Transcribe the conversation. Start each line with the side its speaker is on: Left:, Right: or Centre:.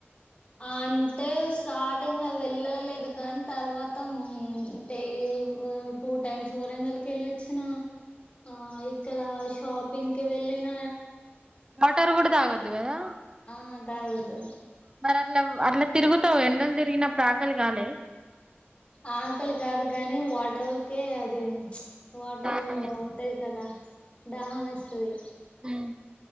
Left: అంటే స్టార్టింగ్ లో వెళ్ళలేదు కానీ తర్వాత టే టూ టైమ్స్ వరంగల్కి వెళ్ళొచ్చినా ఆ ఇక్కడ షాపింగ్కిి వెళ్ళిన
Right: వటారు కూడా
Left: ఒక
Right: తగద్ది కదా
Left: ఆ తాగొద్దు
Right: మరి అట్లా అట్లా తిరుగుతావు ఎండలు తిరిగినపుడు అకలి కాలే
Left: ఆకలి కాదు కానీ వాటర్కే అది వాటర్
Right: దాహం వేస్తది
Left: ఉంటాయి కదా దాహం ఇస్తుది
Right: ఆ